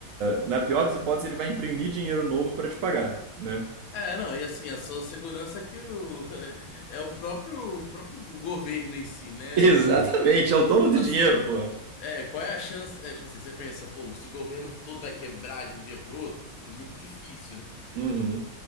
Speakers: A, on the right; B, on the left.
A: na pior das hipóteses, ele vai imprimir dinheiro novo para te pagar, né?
B: É, não, e assim, a sua segurança é que o, <laughs> é o próprio, o próprio governo em si,
A: <laughs>
B: né?
A: Exatamente, é o dono
B: Tipo
A: do
B: assim,
A: dinheiro, porra.
B: é, qual é a chance? É, tipo assim, você pensa, pô, se o governo todo vai quebrar de um dia pro outro, muito difícil, né?
A: Uhum.